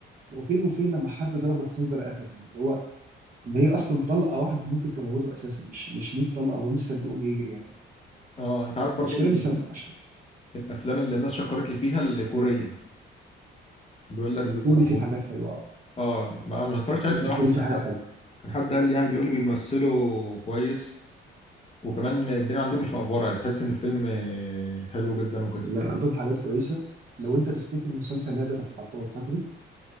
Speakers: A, on the right; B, on the left.
A: وفين وفين لما حد ضربه بخنجر قتله يعني اللي هو ان هي اصلا طلقه واحده ممكن تموته اساسا مش مش 100 طلقه ولسه بيقوم يجري يعني
B: اه انت عارف برضو
A: عشان
B: ال-
A: كده بيسم عشان
B: الافلام اللي الناس شكرت لي فيها الكوريه بيقول لك
A: الكوري
B: بيبقوا
A: فيه
B: موهوب
A: حاجات حلوه أوي.
B: اه ما ما اتفرجتش
A: الكو-
B: عليه بصراحه
A: الكوري
B: بس
A: فيه
B: كان
A: حاجات
B: حد
A: حلوه
B: كان حد قال لي يعني بيقول لي بيمثلوا كويس وكمان الدنيا عندهم مش مقفوره تحس ان الفيلم آه، حلو جدا وكده
A: لا عندهم حاجات كويسه لو انت تفتكر مسلسل لعبه الحبار فاكره